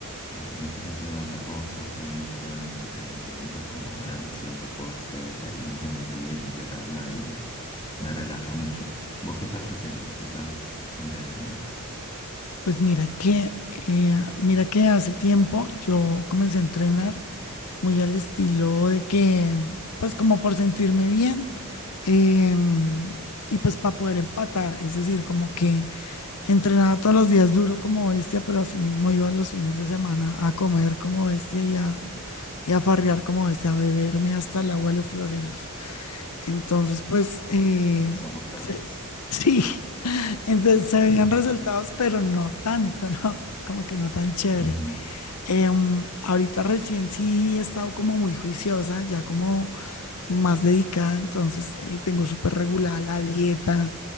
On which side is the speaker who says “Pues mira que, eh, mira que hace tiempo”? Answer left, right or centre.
Left